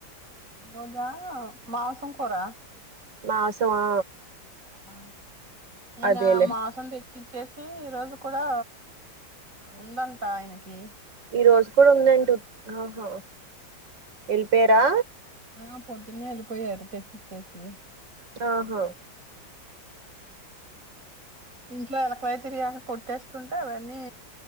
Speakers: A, on the right; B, on the right.
A: ఈరోజా మాంసం కూర
B: మాసంమా
A: ఆ ఇనా
B: అదేలే
A: మాసం తె చ్చి ఇచ్చేసి ఈ రోజు కూడా ఉందంట ఆయనకి
B: ఈ రోజు కూడా ఉందేంటి ఆహా ఎళ్ళిపోయారా
A: ఆ పొద్దున్న ఎళ్ళిపోయారు తెచ్చి ఇచ్చేసి
B: ఆహా
A: ఇంట్లో ఎలకలయి తిరిగాయ్ కొట్టేస్తుంటే అవన్నీ